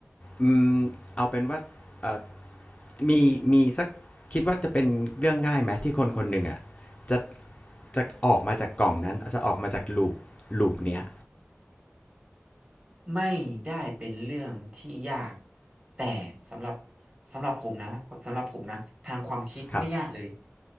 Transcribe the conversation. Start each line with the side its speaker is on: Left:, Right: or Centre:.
Left: อืมเอาเป็นว่าเอ่อมีมีสักคิดว่าจะเป็นเรื่องง่ายไหมที่คนคนหนึ่งอ่ะจะ จะออกมาจากกล่องนั้น จะออกมาจากลูปลูปเนี้ย
Right: ไม่ได้เป็นเรื่องที่ยากแต่สำหรับสำหรับผมนะสำหรับผมนะทางความคิดไม่ยากเลย
Left: ครับ